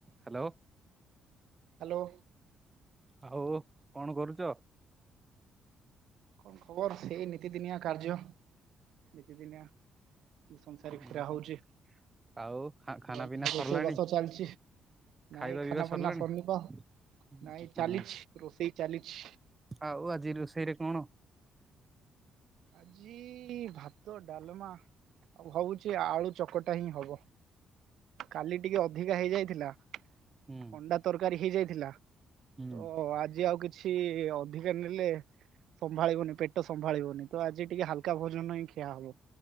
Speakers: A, on the right; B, on the right.
A: Hello
B: hello
A: ଆଉ କଣ କରୁଛ
B: କଣ ଖବର ସେଇ ନିୀତିଦିନିଆ କାର୍ଯ୍ୟ ନିୀତିଦିନିଆ ସଂସାରିକ
A: ଉଁ
B: ଫଷରା ହଉଛି
A: ଆଉ ଖା ଖାନା
B: ରୋଷେଇ
A: ପିନା ସରିଲାଣି
B: ବାସ ଚାଲିଛି ନାଇଁ
A: ଖାଇବା
B: ଖାନା
A: ପିଇବା ସରିଲାଣି?
B: ପନା ସନିବ
A: ହୁଁ
B: ନାଇଁ ଚାଲିଛି ରୋଷେଇ ଚାଲିଛି
A: ଆଉ ଆଜି ରୋଷେଇରେ କଣ
B: ଆଜି ଭାତ ଡାଲମା ଆଉ ହଉଛି ଆଳୁ ଚକଟା ହିଁ ହବ କାଲି ଟିକେ ଅଧିକା ହେଇଯାଇଥିଲା
A: ହୁଁ
B: ଅଣ୍ଡା ତରକାରୀ ହେଇଯାଇଥିଲା ତ
A: ହୁଁ
B: ଆଜି ଆଉ କିଛି ଅଧିକା ନେଲେ ସମ୍ଭାଳିବନି ପେଟ ସମ୍ଭାଳିବନି ତ ଆଜି ଟିକେ ହାଲକା ଭୋନ ହିଁ ଖିଆ ହବ